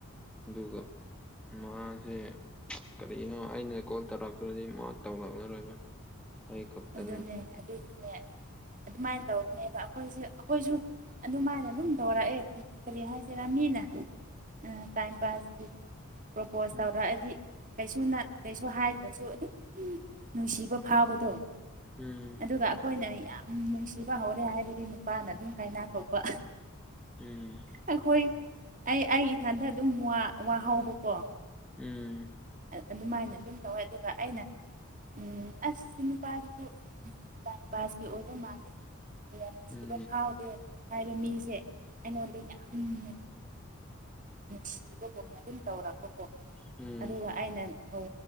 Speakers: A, in the centre; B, on the right.
A: ꯑꯗꯨꯒ ꯃꯥꯁꯦ ꯀꯔꯤꯅꯣ ꯑꯩꯅ ꯀꯣꯜ ꯇꯧꯔꯛꯇ꯭ꯔꯗꯤ ꯃꯥ ꯇꯧꯔꯛꯂꯔꯣꯏꯕ ꯑꯩ ꯈꯛꯇꯅꯦ
B: ꯑꯗꯨꯅꯦ ꯑꯗꯨꯒꯤꯅꯦ ꯑꯗꯨꯃꯥꯏꯅ ꯇꯧꯕꯅꯦꯕ ꯑꯩꯈꯣꯏꯁꯦ ꯑꯩꯈꯣꯏꯁꯨ ꯑꯗꯨꯃꯥꯏꯅ ꯑꯗꯨꯝ ꯇꯧꯔꯛꯑꯦ ꯀꯔꯤ ꯍꯥꯏꯁꯤꯔꯥ ꯃꯤꯅ ꯎ ꯇꯥꯏꯝ ꯄꯥꯁ ꯄ꯭ꯔꯣꯄꯣꯁ
A: ꯎꯝ
B: ꯇꯧꯔꯛꯑꯗꯤ ꯀꯩꯁꯨ ꯀꯩꯁꯨ ꯍꯥꯏꯗ꯭ꯔꯁꯨ ꯑꯗꯨꯝ ꯅꯨꯡꯁꯤꯕ ꯐꯥꯎꯕꯗꯣ
A: ꯎꯝ
B: ꯑꯗꯨꯒ ꯑꯩꯈꯣꯏꯅ ꯌꯥꯝ ꯅꯨꯡꯁꯤꯕ ꯍꯧꯔꯦ ꯍꯥꯏꯔꯗꯤ ꯅꯨꯄꯥꯅ ꯑꯗꯨꯝ ꯀꯥꯏꯅꯥ ꯊꯣꯛꯄ
A: ꯎꯝ
B: ꯑꯩꯈꯣꯏ ꯑꯩ ꯑꯩ ꯏꯊꯟꯗ ꯑꯗꯨꯝ ꯋꯥꯍꯕꯀꯣ
A: ꯎꯝ
B: ꯑꯗꯨꯃꯥꯏꯅ ꯑꯗꯨꯝ ꯇꯧꯋꯦ ꯑꯗꯨꯒ ꯑꯩꯅ ꯎ ꯑꯁ ꯄꯥꯁꯨ ꯇꯥꯏ ꯄꯥꯁꯁꯤ ꯑꯣꯗ ꯃꯥꯅꯦꯦ ꯌꯥꯝ
A: ꯎꯝ ꯎꯝ
B: ꯁꯤꯕ ꯐꯥꯎꯗꯦ ꯍꯥꯏꯕ ꯃꯤꯁꯦ ꯑꯩꯉꯣꯟꯗ ꯌꯥꯝ ꯅꯨꯡ ꯅꯨꯡꯁꯤꯕꯒꯨꯝꯅ ꯑꯗꯨꯝ ꯇꯧꯔꯛꯄꯀꯣ
A: ꯎꯝ
B: ꯑꯗꯨꯒ ꯑꯩꯅ ꯧ